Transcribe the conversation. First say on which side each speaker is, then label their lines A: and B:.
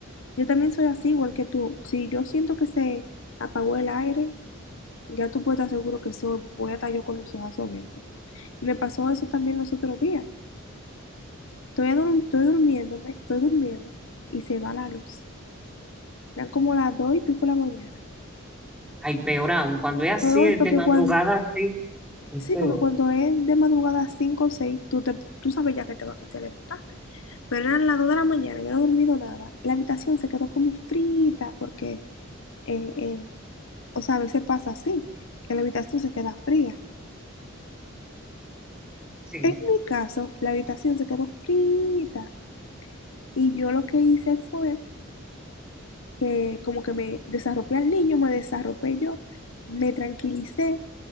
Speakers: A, on the left; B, in the centre.
A: Yo también soy así, igual que tú. Si yo siento que se apagó el aire, ya tú puedes estar seguro que soy, voy a estar yo con los ojos abiertos. Me pasó eso también los otros días. Estoy, adur- estoy durmiéndome, estoy durmiendo y se va la luz. Eran como las dos y pico de la mañana.
B: Ay, peor aún, cuando es así,
A: Rodolfo,
B: de
A: que
B: madrugada
A: cuando
B: así, es
A: Sí,
B: peor.
A: porque cuando es de madrugada 5 o 6 tú, te, tú sabes ya que te vas a levantar. Pero eran las 2 de la mañana, yo no he dormido nada. La habitación se quedó como frita porque, eh, eh, o sea, a veces pasa así, que la habitación se queda fría.
B: Sí.
A: En mi caso, la habitación se quedó frita y yo lo que hice fue que como que me desarropé al niño, me desarropé yo, me tranquilicé